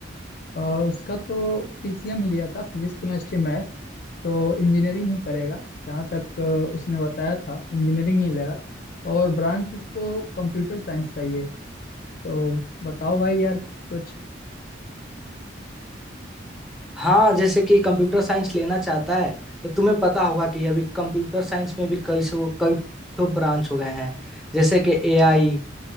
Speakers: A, on the left (about 50°); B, in the centre.
A: अ, उसका तो पीसीएम ही लिया था फिजिक्स केमिस्ट्री मैथ तो इंजीनियरिंग ही करेगा जहाँ तक अ, उसने बताया था इंजीनियरिंग ही लेगा और ब्रांच उसको कंप्यूटर साइंस चाहिए तो बताओ भाई यार कुछ
B: हाँ जैसे कि कंप्यूटर साइंस लेना चाहता है तो तुम्हें पता होगा कि अभी कंप्यूटर साइंस में भी कई सौ कई ठो ब्रांच हो गए हैं जैसे कि एआई